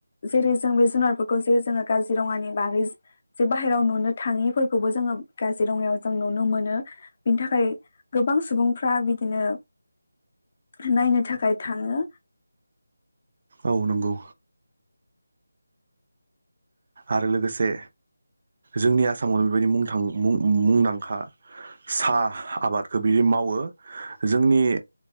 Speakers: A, on the left; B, on the right.
A: जेरै जों बे जुनारफोरखौ जे जोंङो काजिरंङानि बागै जे बाहेरायाव नुनो थाङिफोरखौबो जोङो काजिरंङायाव जों नुनो मोनो बिनि थाखाय गोबां सुबुंफ्रा बिदिनो। नायनो थाखाय थाङो।
B: औ नंगौ। आरो लोगोसे जोंनि आसामावनो बेबायदि मुंदांखा साहा आबादखौ बिदि मावो जोंनि